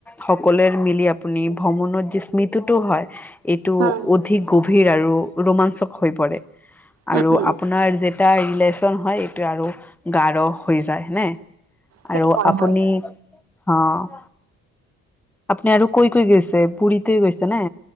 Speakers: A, in the centre; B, on the right.
A: সকলৰে মিলি আপুনি ভ্ৰমণত যে স্মিতিটো হয়। এইটো
B: উম
A: অধিক গভীৰ আৰু ৰোমাঞ্চক হৈ পৰে
B: উম
A: আৰু
B: উম
A: আপোনাৰ যে এটা ৰিলেশ্যন হয় এইটো আৰু গাঢ় হৈ যায় নে।
B: সেইটো
A: আৰু
B: হয়
A: আপুনি
B: হয়
A: অ' আপুনি আৰু কৈ কৈ গৈছে পুুৰীতে গৈছে নে?